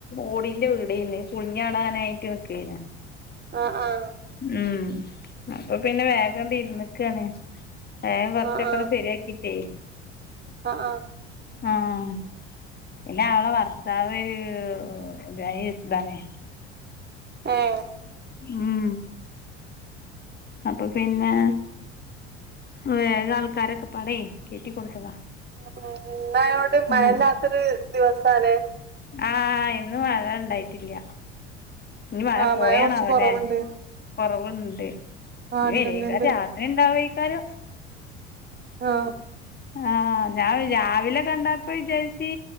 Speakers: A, on the left; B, on the right.
A: ഓടിന്റെ വീടെനി പൊളിഞ്ഞാടാനായിട്ട് നിക്കെന.
B: ആഹ് ആഹ്
A: ഉം അപ്പൊ പിന്നെ വേഗണ്ട് ഇരിന്നിക്കാണ് വേഗം കൊറച്ചൊക്കെ
B: ആഹ് ആഹ്
A: ഒന്ന് ശരിയാ ക്കിട്ടേ.
B: ആഹ് ആഹ്.
A: ആഹ്. പിന്നെ അവളെ വർത്താവ് ഒരു <unintelligible> താണേ.
B: ഏഹ്?
A: ഉം അപ്പൊ പിന്നെ വേഗ ആൾക്കാരൊക്കെപ്പാടെ കെട്ടി കൊടുത്തതാ.
B: ഉം ഉം ഇന്നായൊണ്ട് മഴല്ലാത്തൊരു
A: ഉം
B: ദിവസാലെ
A: ആഹ് ഇന്ന് മഴണ്ടായിട്ടില്ല്യ ഇഞ് മഴ
B: ആഹ്
A: പോയണാവല്ലെ.
B: കൊറച്ച് കൊറവുണ്ട്
A: കൊറവുണ്ട്
B: ആഹ്
A: ഇനി
B: ഇണ്ട്ണ്ട്ണ്ട്
A: വരേക്കാര് രാത്രി ഇണ്ടാവേക്കാരം.
B: ആഹ്.
A: ആഹ് ഞാൻ രാവിലെ കണ്ടപ്പോ വിചാരിച്ചി